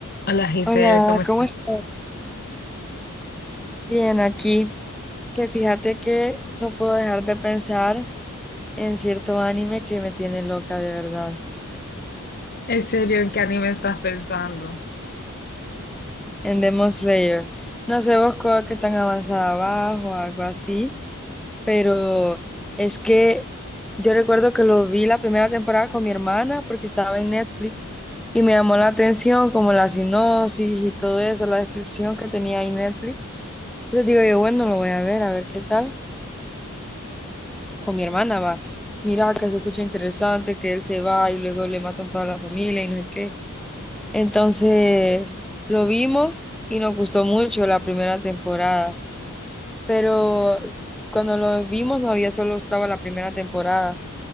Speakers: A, on the left (about 45°); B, in the centre.
A: Hola Giselle,
B: Hola,
A: ¿cómo estás?
B: ¿cómo estás? Bien, aquí. Que fíjate que no puedo dejar de pensar en cierto anime que me tiene loca de verdad,
A: ¿En serio en qué anime estás pensando?
B: en Demon Slayer. No sé vos co- que tan avanzada vas o algo así, pero es que yo recuerdo que lo vi la primera temporada con mi hermana porque estaba en Netflix y me llamó la atención como la sinopsis y todo eso, la descripción que tenía ahí Netflix. Entonces digo yo, bueno, lo voy a ver, a ver qué tal. con mi hermana va. Mira, que se escucha interesante, que él se va y luego le matan toda la familia y no sé qué. Entonces, lo vimos y nos gustó mucho la primera temporada, pero cuando lo vimos no había solo estaba la primera temporada.